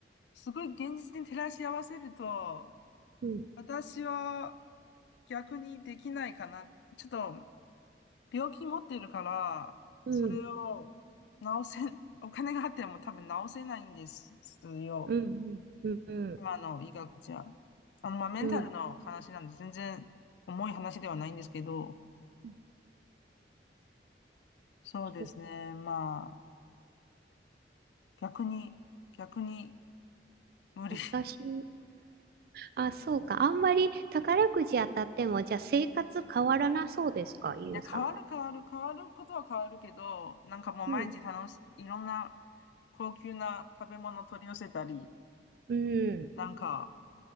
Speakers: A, on the left; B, on the right.
A: すごい現実に照らし合わせると、
B: うん、
A: 私は逆にできないかな。ちょっと、病気持っているから、
B: うん、
A: それを治せ、お金があっても多分治せないんですよ。
B: うん、うん、うん、
A: 今の医学じゃ。あの、まあ、メンタルの話なんで、
B: うん。
A: 全然重い話ではないんですけど、
B: うん
A: そうですね。
B: そうか
A: まあ、逆に、逆に無理。
B: 私、
A: <laughs> い
B: あ、そうか。あんまり宝くじ当たっても、じゃあ生活変わらなそうですか、ゆいさんは。
A: や、変わる変わる、変わることは変わるけど、なんかもう毎日楽し、
B: うん、
A: いろんな高級な食べ物取り寄せたり、
B: うん、
A: なんか、